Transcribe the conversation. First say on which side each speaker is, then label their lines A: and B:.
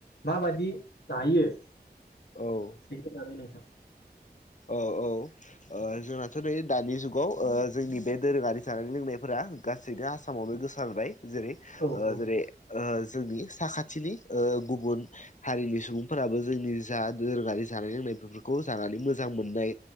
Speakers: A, on the left; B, on the left.
A: माबायदि जायो
B: औ औ
A: फैनो थाखाय नों
B: औ औ ओ जोंनाथ' नै दानि जुगाव ओ जोंनि बे दोरोङारि जानाय लोंनायफोरा गासैबो आसामावनो गोसारबाय जेरै
A: औ
B: ओ
A: औ
B: जेरै ओ जोंनि साखाथिनि ओ गुबुन हारिनि सुबुंफोराबो जोंनि जा दोरोङारि जानाय लोंनाय बेफोरखौ जानानै मोजां मोजां मोननाय